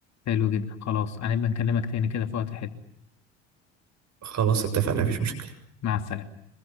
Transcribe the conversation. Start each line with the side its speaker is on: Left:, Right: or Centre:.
Left: حلو جدا خلاص هنبقى نكلمك تاني كده في وقت حلو
Right: خلاص اتفقنا مفيش مشكلة
Left: مع السلامة